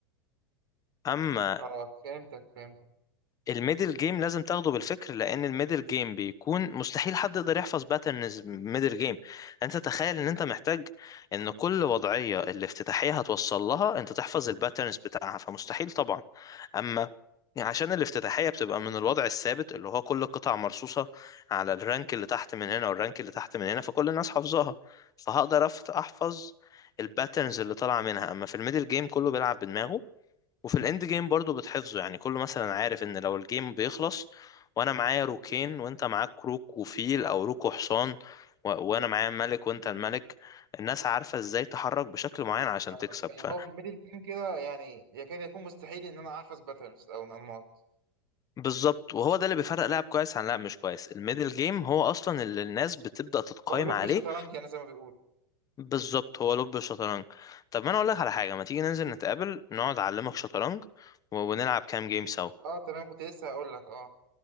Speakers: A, on the left; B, on the right.
A: اما
B: <laughs> اه فهمتك فهمتك
A: الميدل جيم لازم تاخده بالفكر لان الميدل جيم بيكون مستحيل حد يقدر يحفظ باترنز ميدل جيم انت تخيل ان انت محتاج ان كل وضعية الافتتاحية هتوصل لها انت تحفظ الباترنز بتاعها فمستحيل طبعا اما يعني عشان الافتتاحية بتبقى من الوضع الثابت اللي هو كل القطع مرصوصة على الرانك اللي تحت من هنا والرانك اللي تحت من هنا فكل الناس حافظاها فهقدر أفت- احفظ الباترنز اللي طالعة منها اما في الميدل جيم كله بيلعب بدماغه وفي الاند جيم برضو بتحفظه يعني كله مثلا عارف ان لو الجيم بيخلص وانا معايا روكين وانت معاك روك وفيل او روك وحصان و... وانا معايا ملك وانت الملك الناس عارفة ازاي تحرك بشكل معين عشان
B: آه،
A: تكسب
B: يعني
A: ف
B: هو في الميدل جيم كده يعني يكاد يكون مستحيل ان انا احفظ باترنز او انماط
A: بالظبط وهو ده اللي بيفرق لاعب كويس عن لاعب مش كويس الميدل جيم هو اصلا اللي الناس بتبدأ تتقايم
B: هو لب
A: عليه
B: الشطرنج يعني زي ما بيقول
A: بالظبط هو لب الشطرنج طب ما انا اقول لك على حاجة ما تيجي ننزل نتقابل نقعد اعلمك شطرنج و- ونلعب كام جيم سوا
B: اه تمام كنت لسه هقول لك اه